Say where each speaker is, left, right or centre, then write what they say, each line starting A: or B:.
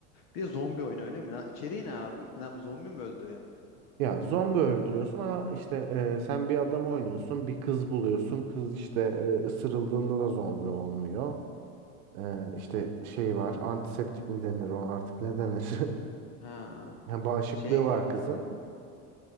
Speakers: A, on the left; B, on the right.
A: bir de zombi oyunu öyle mi? lan? İçeriği ne abi? Lan zombi mi öldürüyorsun?
B: Ya zombi öldürüyorsun ama işte e, sen bir adam oynuyorsun, bir kız buluyorsun. Kız işte e, ısırıldığında da zombi olmuyor. Ee, işte şey var. Antiseptik mi denir ona artık ne denir? <laughs>
A: Ha.
B: Yani bağışıklığı
A: Şey
B: var kızın.